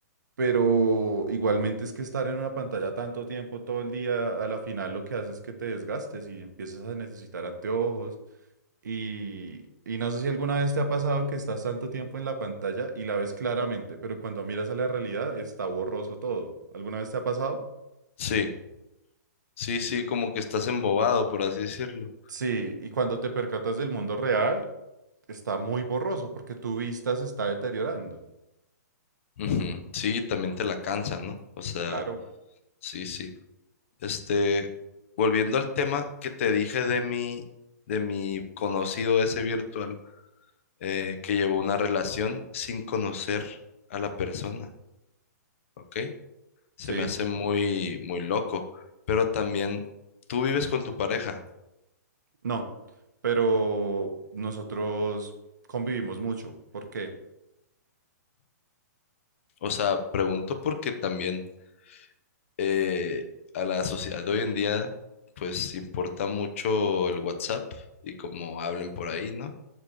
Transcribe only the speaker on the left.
Sí, sí, sí, como que estás embobado, por así decirlo.
Ujú. Sí, también te la cansa, ¿no? O sea,
sí, sí. Este, volviendo al tema que te dije de mi, de mi conocido ese virtual eh, que llevó una relación sin conocer a la persona, ¿ok? Se
me hace muy, muy loco, pero también tú vives con tu pareja.
O sea, pregunto porque también eh, a la sociedad de hoy en día, pues importa mucho el WhatsApp y cómo hablen por ahí, ¿no?